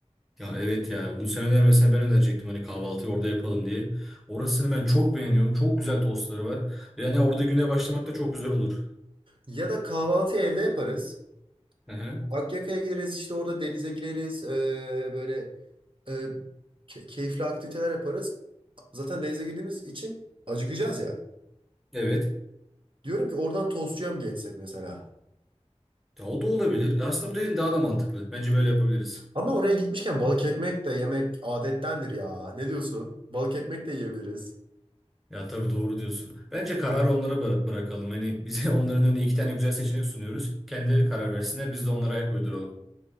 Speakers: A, in the centre; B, on the right.
A: Ya evet ya bunu sen önermesen ben önerecektim hani kahvaltıyı orada yapalım diye. Orasını ben çok beğeniyorum. Çok güzel tostları var. Yani orada güne başlamak da çok güzel olur.
B: Ya da kahvaltıyı evde yaparız.
A: Hı hı.
B: Akyaka'ya gideriz işte orada denize gireriz. Ee, böyle e, ke- keyifli aktiviteler yaparız. Zaten denize girdiğimiz için acıkacağız ya.
A: Evet.
B: Diyorum ki oradan tostçuya mı geçsek mesela?
A: Ya o da olabilir. Ya Aslında bu dediğin daha da mantıklı. Bence böyle yapabiliriz.
B: Ama oraya gitmişken balık ekmek de yemek adettendir ya. Ne diyorsun? Balık ekmek de yiyebiliriz.
A: Ya tabii doğru diyorsun. Bence kararı onlara bı- bırakalım. Hani bize <laughs> onların önüne iki tane güzel seçenek sunuyoruz. Kendileri karar versinler, biz de onlara ayak uyduralım.